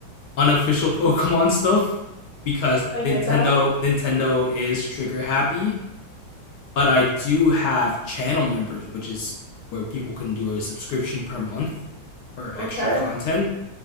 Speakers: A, on the left; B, on the left.
A: unofficial <laughs> Pokemon stuff because
B: I get
A: Nintendo
B: that.
A: Nintendo is trigger happy, but I do have channel members, which is where people can do a subscription per month for
B: Okay,
A: extra content.